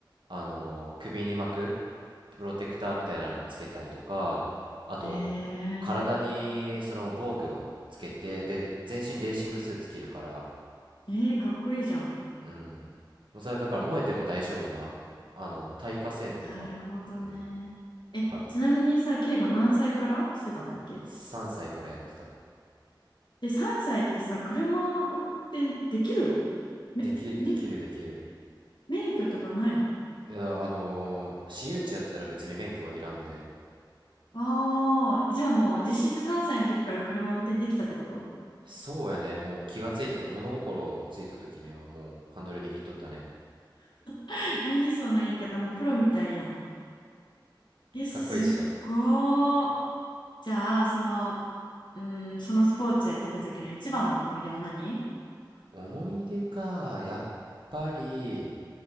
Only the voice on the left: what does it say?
え
ー、えー、かっこいいじゃん。
なるほどね。え、
ちなみにさ、ケイが何歳からしてたんだっけ
で、3歳ってさ、車運転できるのめ、
免免許とかないの
ああー、じゃあもう実質3歳の時から車運転できたってこと
<laughs> 何その言い方もうプロみたいやん。え、すっごー。
じゃあ、その、うん、そのスポーツやってた時の一番の思い出は何